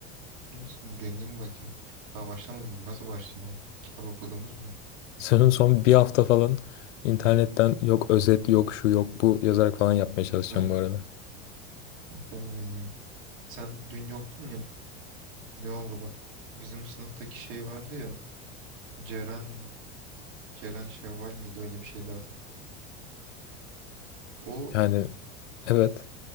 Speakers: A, on the right; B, on the left.
A: Neyse, Deneyeyim bakayım. Daha başlamadım. mı? Nasıl başlayayım oğlum? Kitap okuduğumuz mu var?
B: Senin son bir hafta falan internetten yok özet yok şu yok bu yazarak falan yapmaya çalışacağım
A: Harbiden.
B: bu arada.
A: Muhtemelen ya. Sen dün yoktun ya. Ne oldu bak. Bizim sınıftaki şey vardı ya. Ceren Ceren Şevval miydi öyle bir şeydi adı. O
B: Yani evet